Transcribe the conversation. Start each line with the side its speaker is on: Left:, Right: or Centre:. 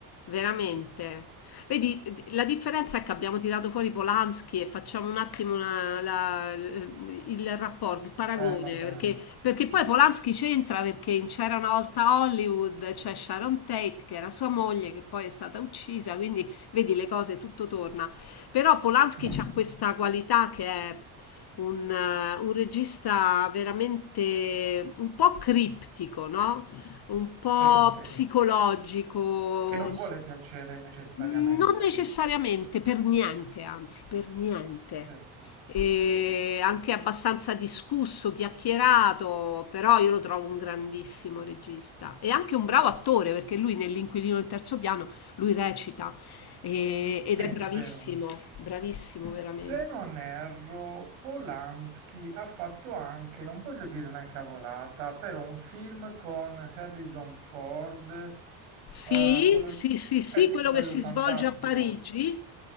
Left: Veramente. Vedi, la differenza è che abbiamo tirato fuori Polanski e facciamo un attimo una- la- il rapporto, il paragone,
Right: eh, vabbè.
Left: perché perché poi Polanski c'entra perché in C'era una volta Hollywood c'è Sharon Tate che era sua moglie che poi è stata uccisa, quindi vedi le cose, tutto torna. Però Polanski
Right: <laughs>
Left: ha questa qualità che è un, eh, un regista veramente un po' criptico, no? Un po'
Right: Sì, sì.
Left: psicologico.
Right: Che non vuole piacere necessariamente.
Left: Mm, Non necessariamente, per niente, anzi, per niente
Right: Sì, sì.
Left: e anche abbastanza discusso, chiacchierato, però io lo trovo un grandissimo regista e anche un bravo attore perché lui nell'Inquilino del terzo piano lui recita e-
Right: Sì,
Left: ed è bravissimo,
Right: vero.
Left: bravissimo veramente.
Right: Se non erro, Polanski ha fatto anche, non voglio dire una cavolata, però un film con Harrison Ford, eh,
Left: Sì,
Right: quello,
Left: sì, sì, sì,
Right: è quello
Left: quello che si
Right: fantastico.
Left: svolge a Parigi.